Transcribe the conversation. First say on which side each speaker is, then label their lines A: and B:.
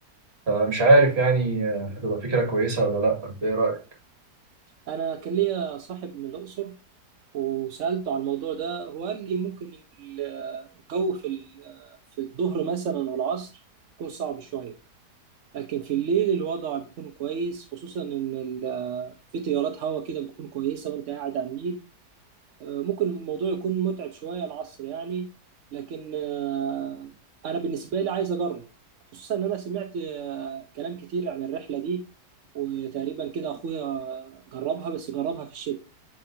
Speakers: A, on the right; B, on the right.
A: فمش عارف يعني آه، هتبقى فكرة كويسة ولا لأ أنت إيه رأيك؟
B: انا كان ليا صاحب من الاقصر وسالته عن الموضوع ده هو قال لي ممكن ال- الجو في ال- في الظهر مثلا والعصر يكون صعب شويه لكن في الليل الوضع بيكون كويس خصوصا ان ال- في تيارات هواء كده بتكون كويسه وانت قاعد على النيل آه، ممكن الموضوع يكون متعب شويه العصر يعني لكن آه، انا بالنسبه لي عايز اجرب خصوصا ان انا سمعت آه، كلام كتير عن الرحله دي وتقريبا كده اخويا جربها بس جربها في الشتاء